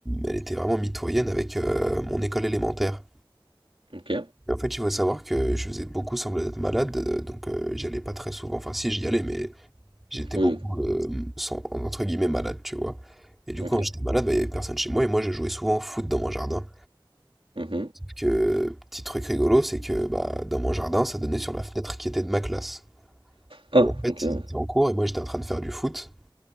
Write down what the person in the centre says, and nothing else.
elle était vraiment mitoyenne avec euh, mon école élémentaire.
Et en fait, il faut savoir que je faisais beaucoup semblant d'être malade, euh, donc euh, j'y allais pas très souvent. Enfin, si, j'y allais, mais j'étais
beaucoup, euh, sans- entre guillemets, malade, tu vois. Et du
coup, quand j'étais malade, bah, il y avait personne chez moi, et moi, je jouais souvent au foot dans mon jardin.
que petit truc rigolo, c'est que bah, dans mon jardin, ça donnait sur la fenêtre qui était de ma classe.
Et en fait,
ils étaient en cours et moi j'étais en train de faire du foot.